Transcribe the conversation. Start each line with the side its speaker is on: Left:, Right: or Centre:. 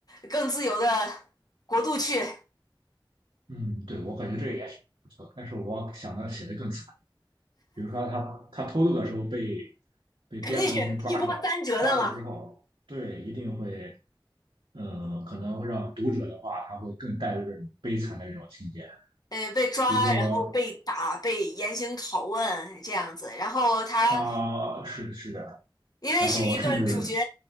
Left: 更自由的国度去？
Right: 嗯，对，我感觉这个也挺不错，但是我想到写的更惨，比如说他他偷渡的时候被被边防军抓住了，
Left: 肯定是一波三折的嘛。
Right: 抓住之后，对，一定会。嗯，可能会让读者的话，他会更带入这种悲惨的这种情节。
Left: 呃，被抓，
Right: 比如说，
Left: 然后被打，被严刑拷问这样子。然后他
Right: 啊、是的，是的，
Left: 因为是一个主角，
Right: 然后甚至